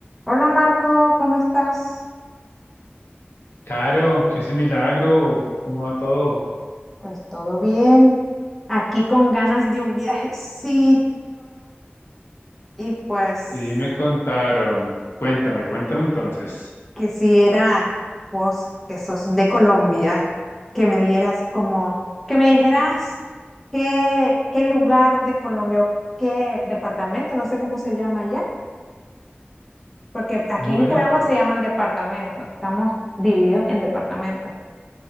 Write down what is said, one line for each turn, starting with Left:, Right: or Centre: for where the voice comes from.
Centre: Hola Marco, ¿cómo estás?
Left: Caro, qué ese milagro, ¿cómo va todo?
Centre: Pues todo bien. Aquí con ganas de un viajecito y pues
Left: Sí, me contaron. Cuéntame, cuéntame entonces.
Centre: quisiera vos que sos de Colombia, que me dieras como, que me dijeras qué, qué lugar de Colombia o qué departamento, no sé cómo se llama allá, porque aquí
Left: Bueno,
Centre: en Nicaragua
Left: pues,
Centre: se llaman departamentos, estamos divididos en departamentos.